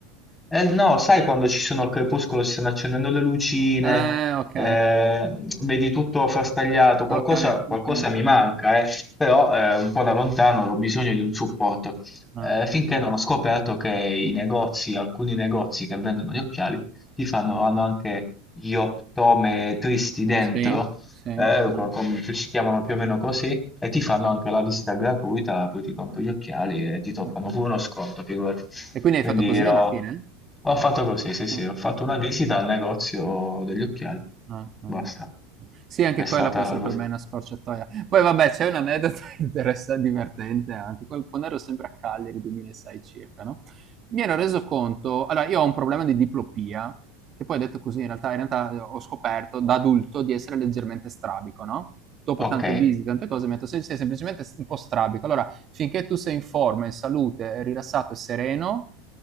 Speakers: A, on the left; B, on the right.
A: eh no, sai quando ci sono al crepuscolo, ci stanno accendendo le lucine,
B: Eh, ok,
A: eh, vedi tutto frastagliato, qualcosa,
B: ok,
A: qualcosa
B: ok.
A: mi manca, eh, però eh, un po' da lontano ho bisogno di un supporto.
B: Ah,
A: Eh, finché non ho scoperto che i negozi, alcuni negozi che vendono
B: ok.
A: gli occhiali, ti fanno, hanno anche gli optometristi dentro,
B: Sì, sì,
A: eh,
B: ok,
A: co- com- ci si chiamano più o meno così, e ti fanno anche la visita gratuita, poi ti compri gli occhiali e ti to-
B: ok.
A: fanno pure uno sconto, figurati.
B: E quindi
A: Quindi
B: hai fatto così
A: ho,
B: alla fine?
A: ho fatto così, sì, sì,
B: Ah, ok.
A: ho fatto una visita al negozio degli occhiali,
B: Ah, ah,
A: basta.
B: ah, ah. Sì, anche
A: È stata
B: quella può essere
A: la cosa.
B: per me una scorciatoia. Poi vabbè, c'è un aneddoto <laughs> interessa- divertente anche, quel- quando ero sempre a Cagliari, 2006 circa, no? Mi ero reso conto, allora io ho un problema di diplopia, che poi detto così in realtà, in realtà eh, ho scoperto da adulto di essere leggermente strabico, no? Dopo
A: Ok,
B: tante visite, tante cose, mi ha detto "Sei- sei semplicemente un po' strabico. Allora, finché tu sei in forma, in salute, rilassato e sereno,